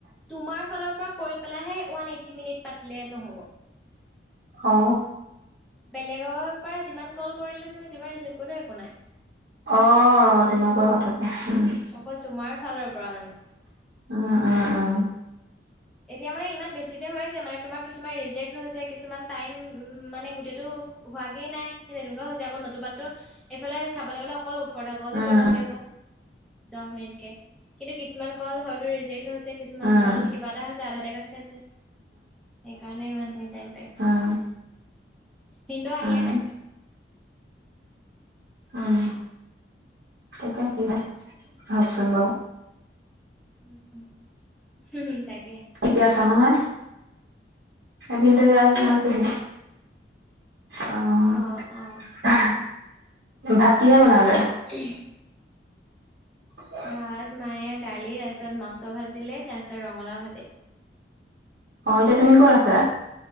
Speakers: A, in the centre; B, on the right.
A: তোমাৰ ফালৰ পৰা কৰি পেলাইহে ওৱান এইটটি মিনিট পাতিলে নহ'ব।
B: অ।
A: বেলেগৰ পৰা যিমান কল কৰিলে তুমি যিমান ৰিচিভ কৰিলো একো নাই।
B: অ তেনেকুৱা কথাটো উহু।
A: অকল তোমাৰ ফালৰ পৰা মানে।
B: উম উম উম।
A: এতিয়া মানে ইমান বেছি যে হৈ আছে মানে তোমাৰ কিছুমান ৰিজেক্ট হৈছে, কিছুমান টাইম মানে গোটেইটো হোৱাগে নাই সেই তেনেকুৱা হৈছে আকৌ ন <unintelligible> তোৰ এইফালে চাবলৈ গ'লে অকল ওঠৰটা কলহে
B: উম উম
A: কৰিব পাৰিব। দহ মিনিটকে কিন্তু কিছুমান কল হয়তো ৰিজেক্ট হৈছে, কিছুমান
B: উম উম
A: কল কিবা এটা হৈছে, আধা <unintelligible> খাইছে সেইকাৰণে ইমানখিনি টাইম পাইছে।
B: উম
A: ভিনদেও আহিলে
B: উম
A: নে?
B: উম, তাকে কিহে আহকচোন বাৰু।
A: উম উম, হু হুম তাক
B: ঠিকে আছা নহয়, এ ভিনদই
A: আছো
B: আহি সোমাইছেহি।
A: আছো
B: অঁ,
A: অ অ
B: ভা ভাত কিহে বনালে?
A: উমহ
B: <inaudible>
A: ভাত মায়ে দালি তাৰ পিছত মাছৰ ভাজিলে তাৰ পিছত ৰঙালাও ভাজি।
B: অঁ এতিয়া তুমি কত আছা?